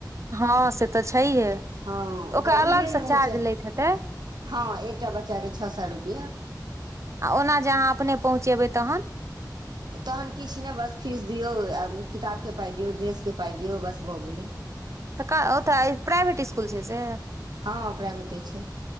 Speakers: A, on the right (about 40°); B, on the right (about 75°).
A: हँ से तऽ छैहे
B: हँ ओकरा
A: ओकर
B: ई
A: अलग
B: नहि ने
A: से
B: रहै
A: चार्ज
B: छै
A: लैत हेतै
B: हँ एकटा बच्चाके छओ सए रुपैआ
A: आ ओना जे अहाँ अपने पहुँचेबै तहन
B: तऽ तहन किछ नै बस फीस दियौ आ किताबके पाइ दियौ ड्रेसके पाइ दियौ बस भऽ गेलै
A: तऽ ओतऽ प्राइवेट इसकुल छै से
B: हँ प्राइवेटे छै